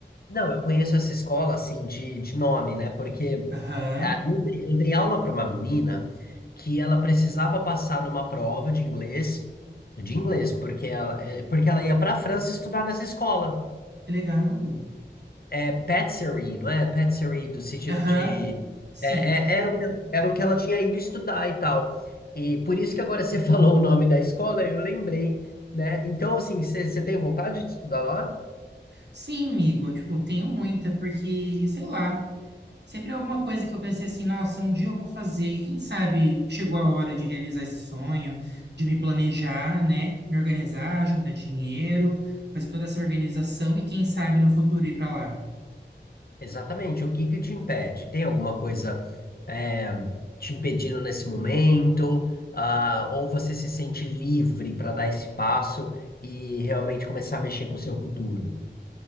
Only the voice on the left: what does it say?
Não, eu conheço essa escola assim de, de nome, né? Porque
ah, eu, dei eu dei aula para uma menina que ela precisava passar numa prova de inglês, de inglês, porque ela, eh, porque ela ia para a França estudar nessa escola.
É patisserie, não é? Patisserie no sentido
de
é, é- era o que, era o que ela tinha ido estudar e tal. E por isso que agora você <laughs> falou o nome da escola, eu lembrei, né? Então, assim, você você tem vontade de estudar lá?
Exatamente. O que que te impede? Tem alguma coisa é, te impedindo nesse momento? Ah, ou você se sente livre para dar esse passo e realmente começar a mexer com o seu futuro?